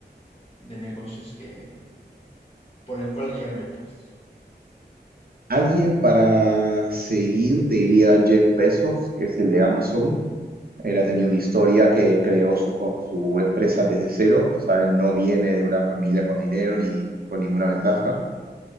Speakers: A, on the left (about 35°); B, on the right (about 55°).
A: de negocios que, por el cual guiarme, pues?
B: alguien para seguir te diría Jeff Bezos, que es el de Amazon. Él ha tenido una historia que creó su, co- su empresa desde cero, o sea, él no viene de una familia con dinero ni, ni con ninguna ventaja.